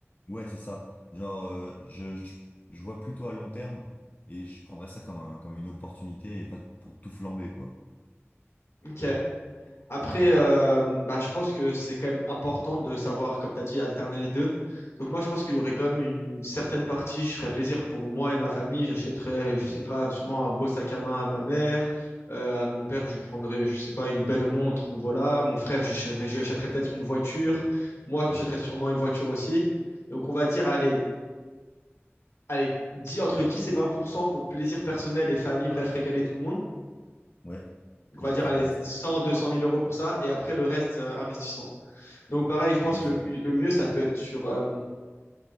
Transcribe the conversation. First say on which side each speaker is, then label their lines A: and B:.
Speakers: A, on the left (about 35°); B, on the left (about 70°).
A: Ouais, c'est ça. Genre, euh, je, je, je vois plutôt à long terme et je prendrais ça comme un, comme une opportunité et pas pour tout flamber, quoi.
B: Ok. Après,
A: Et toi?
B: euh, bah, je pense que c'est quand même important de savoir, comme tu as dit, alterner les deux. Donc moi, je pense qu'il y aurait quand même une certaine partie, je ferais plaisir pour moi et ma famille. J'achèterais, je
A: Ouais,
B: sais pas, sûrement un beau sac à main à ma mère. Euh, à mon père, je lui prendrais, je sais pas, une belle montre ou voilà. Mon frère, je achèterais, je lui achèterais peut-être une voiture. Moi, je m'achèterais
A: ouais,
B: sûrement une voiture aussi. Donc on va dire, allez, allez, 10 entre 10 et 20% pour cent pour plaisir personnel et famille, bref, régaler tout le monde.
A: ouais.
B: Donc on
A: Et
B: va
A: après
B: dire, allez,
A: le reste,
B: cent deux cent mille euros pour ça. Et après, le reste, euh, investissement. Donc pareil, je pense
A: ok.
B: le, mu- le mieux, ça peut être sur, euh,